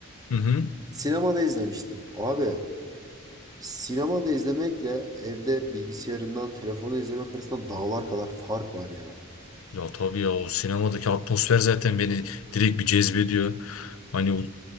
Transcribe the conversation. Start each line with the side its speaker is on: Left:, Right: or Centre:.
Left: Hı hı.
Right: Sinemada izlemiştim. Abi sinemada izlemekle evde bilgisayarından telefonu izlemek arasında dağlar kadar fark var ya.
Left: Ya tabii ya o sinemadaki atmosfer zaten beni direkt bir cezbediyor. Hani o